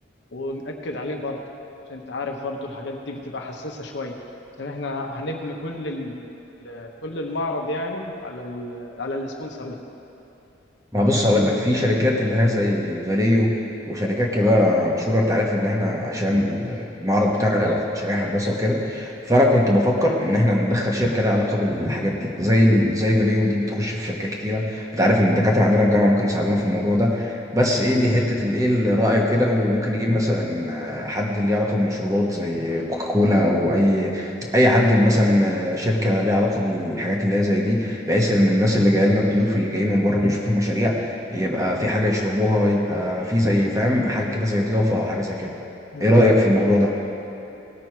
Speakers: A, on the left; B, on the right.
A: ونأكد عليه برضه عشان انت عارف برضه الحاجات دي بتبقى حساسة شوية عشان احنا هنبني كل ال... كل المعرض يعني على ال... على السبونسر ده
B: ما بص هقول لك في شركات اللي هي زي فاليو وشركات كده مشهوره انت عارف ان احنا عشان المعرض بتاعنا له علاقه بمشاريع هندسه وكده فانا كنت بفكر
A: مم.
B: ان احنا ندخل شركه لها علاقه بالحاجات دي زي ال... زي فاليو دي بتخش في شركات كتيره انت عارف ان الدكاتره عندنا في الجامعه ممكن يساعدونا في الموضوع ده بس ايه دي حته الايه الراعي وكده وممكن نجيب مثلا آه، حد ليه علاقه بمشروبات زي كوكاكولا او اي اي حد مثلا آه، شركه ليها علاقه بالحاجات اللي هي زي دي بحيث ان الناس اللي جايه لنا الضيوف اللي جايين من بره اللي يشوفوا المشاريع يبقى في حاجه يشربوها يبقى في زي فاهم حاجه كده زي ضيافه او حاجه زي كده
A: مم.
B: ايه رايك في الموضوع ده